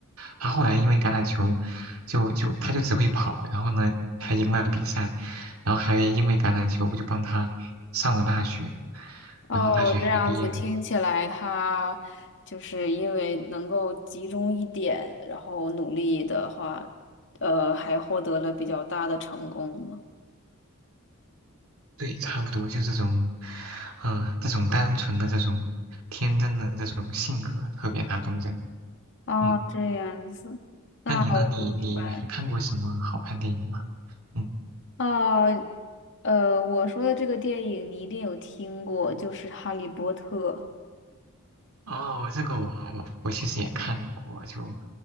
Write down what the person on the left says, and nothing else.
哦，
哦这样子听起来，他就是因为能够集中一点，然后努力的话，呃，还获得了比较大的成功呢。
哦，
这样子，那我明白了。
哦，呃，我说的这个电影你一定有听过，就是《哈利波特》。